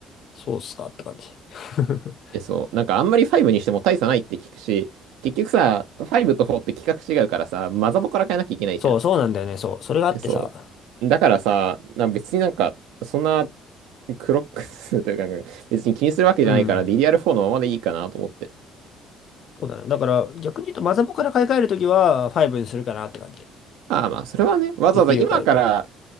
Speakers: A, on the left; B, on the right.
A: そうっすかって感じ。<laughs>
B: え、そう。なんかあんまり5にしても大差ないって聞くし、結局さ、5と4って規格違うからさ、マザボから変えなきゃいけないじゃん。
A: そう、そうなんだよね、そう。それがあってさ、
B: え、そう。だからさ、な別になんか、そんな <laughs> クロックスというか、別に気にするわけじゃないから
A: うん。
B: DDR4 のままでいいかなと思って。
A: そうだね。だから、逆に言うと、マザコンから買い替えるときは、5にするかなって感じ。
B: ああまあ、それはね、わざわざ今から、
A: CPU 変えると。